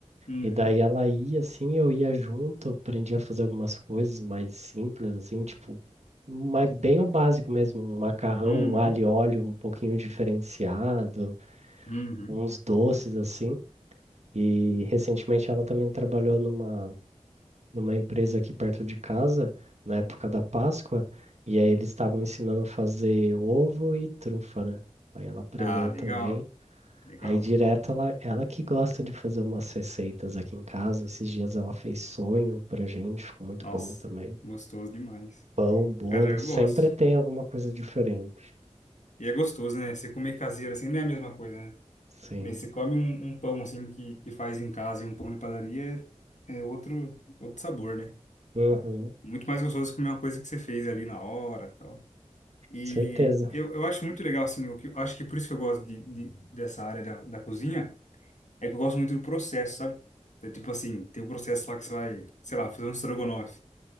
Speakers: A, on the left (about 80°); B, on the right (about 65°).
A: Uhum,
B: E daí ela ia assim, eu ia junto, aprendi a fazer algumas coisas mais simples, assim, tipo, mas bem o básico mesmo, um macarrão,
A: uhum.
B: um alho e óleo um pouquinho diferenciado,
A: Uhum.
B: uns doces assim. E recentemente ela também trabalhou numa, numa empresa aqui perto de casa, na época da Páscoa, e aí eles estavam ensinando a fazer ovo e trufa, né? Aí ela aprendeu
A: Ah, legal,
B: também.
A: legal.
B: Aí direto ela, ela que gosta de fazer umas receitas aqui em casa. Esses dias ela fez sonho pra gente, ficou muito
A: Nossa,
B: bom também.
A: gostoso demais.
B: Pão, bolo,
A: Cara, eu
B: sempre
A: gosto.
B: tem alguma coisa diferente.
A: E é gostoso, né? Você comer caseiro assim não é a mesma coisa, né?
B: Sim.
A: Nem Você come um, um pão assim que, que faz em casa e um pão de padaria é, é outro, outro sabor, né?
B: Uhum,
A: Muito mais gostoso comer uma coisa que você fez ali na hora tal. E
B: certeza.
A: eu, eu acho muito legal, assim, eu, eu acho que por isso que eu gosto de, de- dessa área da, da cozinha, é que eu gosto muito do processo, sabe? é tipo assim, tem o processo lá que você vai, sei lá, fazer um estrogonofe.